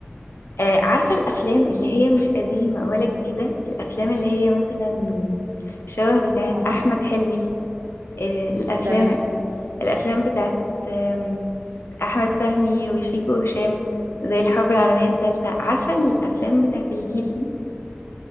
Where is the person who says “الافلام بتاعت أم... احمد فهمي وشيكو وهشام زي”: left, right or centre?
Left